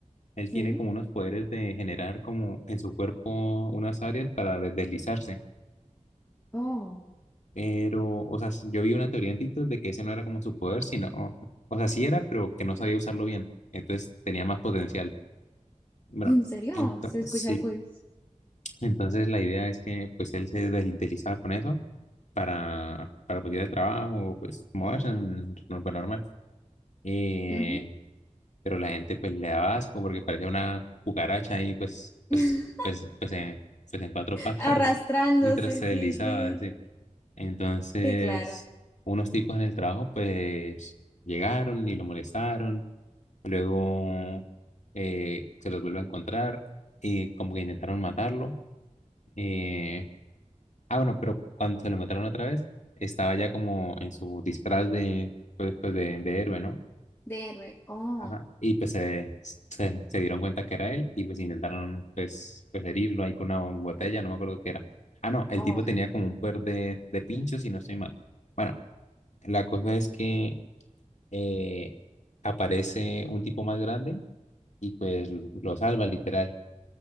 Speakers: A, on the left; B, on the left.
A: Él
B: Sí.
A: tiene como unos poderes de generar como en su cuerpo unas áreas para de- deslizarse.
B: Oh,
A: Pero, o sea, yo vi una teoría en TikTok de que ese no era como su poder, sino, o o sea, sí era, pero que no sabía usarlo bien. Entonces tenía más potencial. Bueno,
B: ¿En serio?
A: ento-
B: Se escucha
A: sí.
B: cool.
A: Entonces la idea es que pues él se des- deslizaba con eso para, para pues ir al trabajo, pues moverse, mm, no, pues, normal. Eh,
B: Ujú.
A: pero la gente pues le daba asco porque parecía una cucaracha y pues,
B: <laughs>
A: pues, pues, pues, en, pues en cuatro patas
B: Arrastrándose,
A: <laughs> mientras se
B: sí,
A: deslizaba.
B: sí.
A: así. Entonces,
B: Sí, claro.
A: unos tipos en el trabajo pues llegaron y lo molestaron, luego eh, se los vuelve a encontrar y como que intentaron matarlo. eh, ah, bueno, pero cuando se lo mataron otra vez, estaba ya como en su disfraz de, pues, pues de, de héroe, ¿no?
B: De héroe. Oh,
A: Ajá. Y pues se, se, se dieron cuenta que era él y pues intentaron pues, pues herirlo ahí con una botella, no me acuerdo qué era. Ah, no, el
B: oh.
A: tipo tenía como un poder de, de pinchos si no estoy mal. Bueno, la cosa es que eh, aparece un tipo más grande y pues lo lo salva literal.